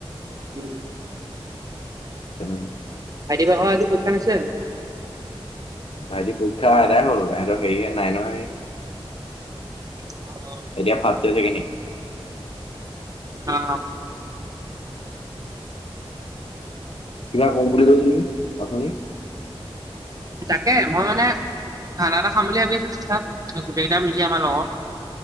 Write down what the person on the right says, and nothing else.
উ।
আৰদি বা আজি পৰীক্ষা নাছিলে জানোঁ <unintelligible>
জানো
অ <unintelligible>
তাকে মই মানে <unintelligible> খানা এটা খাম বুলি ভাবি আছো তাত গোটেই কেইটা মিলি আমাৰ লগৰ <unintelligible>